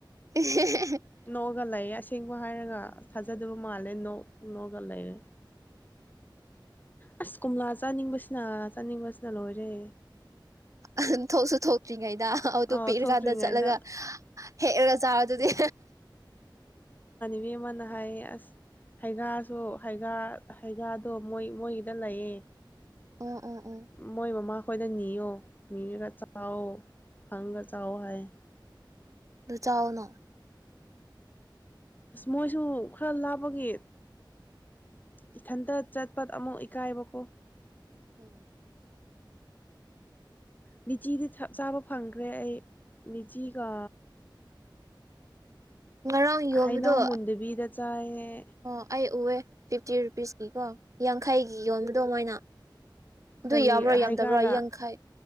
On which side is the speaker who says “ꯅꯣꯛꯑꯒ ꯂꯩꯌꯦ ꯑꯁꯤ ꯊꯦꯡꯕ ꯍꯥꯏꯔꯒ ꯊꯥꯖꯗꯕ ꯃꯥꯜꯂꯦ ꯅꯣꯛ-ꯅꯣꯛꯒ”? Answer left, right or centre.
Left